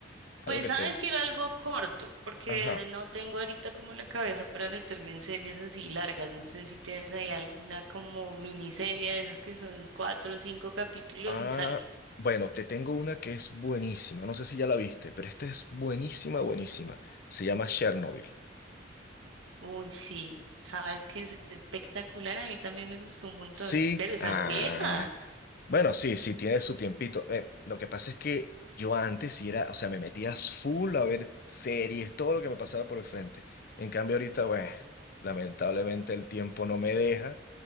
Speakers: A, on the left (about 50°); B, on the right (about 80°).
A: algo
B: Pues
A: que
B: sabes,
A: te...
B: quiero algo corto, porque
A: Ajá.
B: no tengo ahorita como la cabeza para meterme en series así largas, no sé si tienes ahí alguna como miniserie de esas que son cuatro o cinco capítulos
A: Ah,
B: y sale.
A: bueno, te tengo una que es buenísima, no sé si ya la viste, pero esta es buenísima, buenísima. Se llama Chernobyl.
B: Uy, sí, sabes
A: S-
B: que es espectacular, a mí también me gustó un montón,
A: Sí,
B: pero esa
A: ah.
B: es vieja.
A: Bueno, sí, sí, tiene su tiempito. Eh, lo que pasa es que yo antes sí era, o sea, me metía full a ver series, todo lo que me pasaba por el frente. En cambio, ahorita, bueno, lamentablemente el tiempo no me deja